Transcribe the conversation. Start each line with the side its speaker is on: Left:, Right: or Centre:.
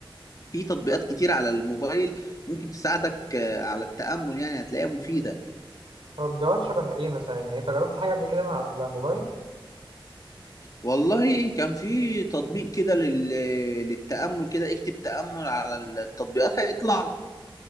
Left: في تطبيقات كتير على الموبايل ممكن تساعدك آه، على التأمل يعني هتلاقيها مفيدة
Right: تطبيقات شبه ايه مثلا يعني انت جربت حاجة قبل كده مع الموبايل
Left: والله كان في تطبيق كده لل... للتأمل كده اكتب تأمل على التطبيقات هيطلع لك